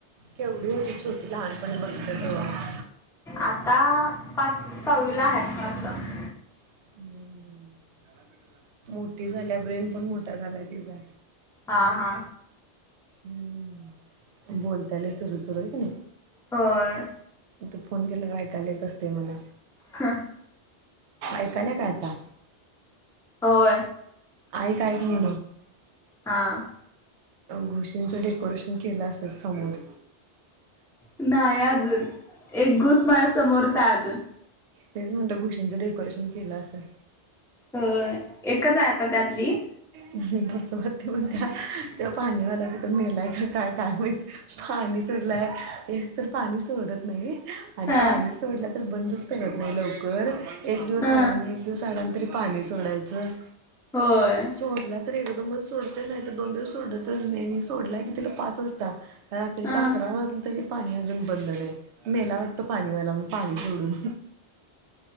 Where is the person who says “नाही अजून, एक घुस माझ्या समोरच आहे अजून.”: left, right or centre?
Centre